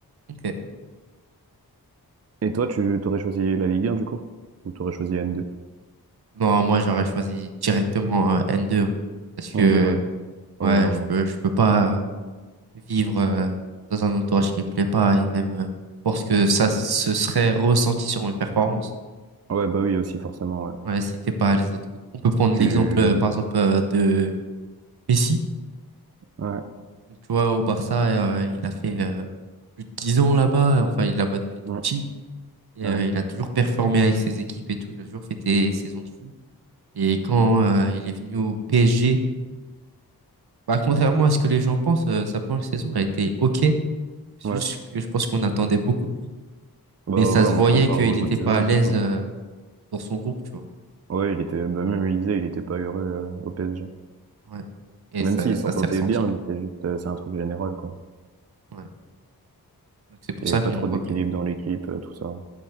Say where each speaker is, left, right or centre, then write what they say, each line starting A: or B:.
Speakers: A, on the right (about 80°); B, on the right (about 40°).
A: Ok.
B: Et toi, tu t'aurais choisi la Ligue un du coup? Ou t'aurais choisi n deux
A: Non, moi, j'aurais choisi directement euh, N2, hein. parce que,
B: n deux ouais. Ouais,
A: ouais,
B: normal.
A: je peux, je peux pas. vivre euh, dans un entourage qui me plaît pas et même euh, je pense que ça se serait ressenti sur mes performances.
B: Ouais, bah oui, aussi, forcément, ouais.
A: Ouais, c'était pas les autres. On peut prendre
B: Tu,
A: l'exemple euh, par exemple euh, de Messi.
B: ouais,
A: Donc, tu vois, au Barça, euh, il a fait euh, plus de 10 ans là-bas, enfin il est là-bas depuis tout
B: ouais,
A: petit et
B: ouais.
A: euh, il a toujours performé avec ses équipes et tout, il a toujours fait des saisons de fou. Et quand euh, il est venu au PSG, bah contrairement à ce que les gens pensent, euh, sa première saison a été OK. C'est
B: ouais.
A: juste que je pense qu'on attendait beaucoup de lui.
B: Bah
A: Mais ça
B: ouais,
A: se
B: on
A: voyait
B: compare
A: qu'il
B: aux
A: n'était
B: autres saisons
A: pas à l'aise
B: surtout.
A: euh, dans son groupe, tu vois.
B: Ouais, il était, bah même il disait, il était pas heureux euh, au PSG.
A: Ouais. Et
B: Même
A: ça,
B: s'il
A: ça
B: s'entendait
A: s'est ressenti.
B: bien, mais c'est juste, euh, c'est un truc général quoi.
A: Ouais. Donc c'est pour
B: Il
A: ça
B: y avait pas
A: qu'on
B: trop
A: voit
B: d'équilibre
A: que.
B: dans l'équipe, euh, tout ça.